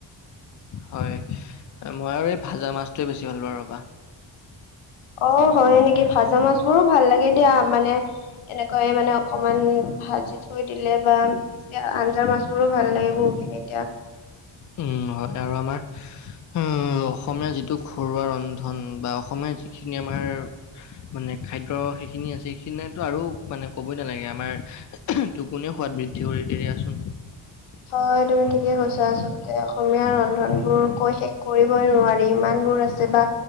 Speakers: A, on the left; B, on the left.
A: হয়, মই আৰু এই ভাজা মাছটোৱে বেছি ভাল পাওঁ ৰবা।
B: অ, হয় নেকি? ভাজা মাছ বোৰো ভাল লাগে দিয়া মানে এনেকুৱাইে মানে অকমান ভাজি থৈ দিলে বা। এতিয়া আঞ্জাৰ মাছবোৰো ভাল লাগে বহুখিনি এতিয়া,
A: উম, হয় আৰু আমাৰ। উম, অসমীয়া যিটো ঘৰুৱা ৰন্ধন বা অসমীয়া যিখিনি আমাৰ মানে খাদ্য সেইখিনি আছে সেইখিনো আৰু মানে ক'বই নালাগে আমাৰ, দুগুনে সোৱাদ বৃদ্ধি কৰি দিয়াচোন।
B: হয়, তুমি ঠিকে কৈছা, আচলতে অসমীয়া ৰন্ধন বোৰ কৈ শেষ কৰিবই নোৱাৰি, ইমান বোৰ আছে বা